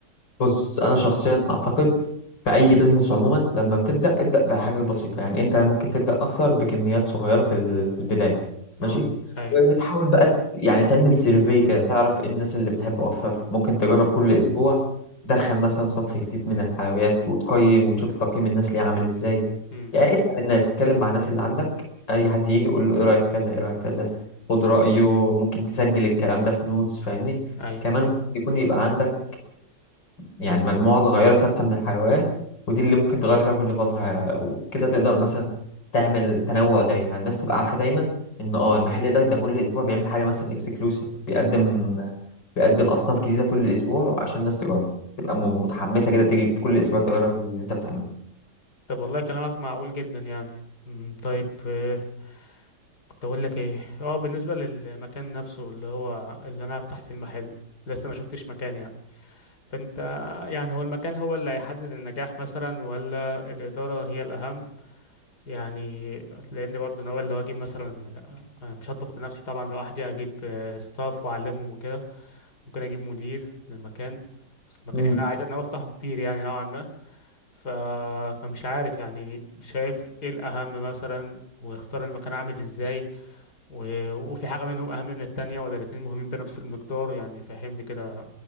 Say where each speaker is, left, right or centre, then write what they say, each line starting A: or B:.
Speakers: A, on the left; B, on the left.
A: بص انا شخصيا اعتقد في اي بيزنس عموما لما بتبدا ابدا بحاجه بسيطه يعني انت ممكن تبدا اكتر بكميات صغيره في ال- في البدايه
B: اه
A: ماشي
B: اي
A: وتحاول بقى ت- يعني تعمل سيرفي كده تعرف ايه الناس اللي بتحبه اكتر ممكن تجرب كل اسبوع تدخل مثلا صنف جديد من الحلويات وتقيم وتشوف تقييم الناس ليه عامل ازاي
B: امم
A: يعني اسال الناس اتكلم مع الناس اللي عندك اي حد يجي قول له ايه رايك في كذا ايه رايك في كذا خد رايه ممكن تسجل الكلام ده في نوتس فاهمني
B: اي
A: كمان ممكن يكون يبقى عندك يعني مجموعة صغيرة ثابتة من الحيوانات ودي اللي ممكن تغير فيها كل فترة ه- وكده تقدر مثلا تعمل تنوع دايما يعني الناس تبقى عارفة دايما إن اه المحل ده ده كل أسبوع بيعمل حاجة مثلا اكسكلوسيف بيقدم
B: امم
A: بيقدم أصناف جديدة كل أسبوع عشان الناس تجرب تبقى م- متحمسة كده تيجي كل أسبوع تجرب اللي أنت بتعمله
B: طب والله كلامك معقول جدا يعني امم طيب آه، كنت اقول لك ايه اه بالنسبه للمكان نفسه اللي هو اللي انا هفتح فيه المحل لسه ما شفتش مكان يعني فانت يعني هو المكان هو اللي هيحدد النجاح مثلا ولا الاداره هي الاهم يعني لان برضو ناوي اللي هو اجيب مثلا أنا مش هطبخ بنفسي طبعا لوحدي هجيب ستاف واعلمهم وكده ممكن اجيب مدير للمكان بس المكان
A: امم
B: يعني انا عايز انا افتحه كبير يعني نوعا ما ف... فمش عارف يعني شايف ايه الاهم مثلا واختار المكان عامل ازاي و- وفي حاجة منهم أهم من التانية ولا الاتنين مهمين بنفس المقدار يعني فهمني كده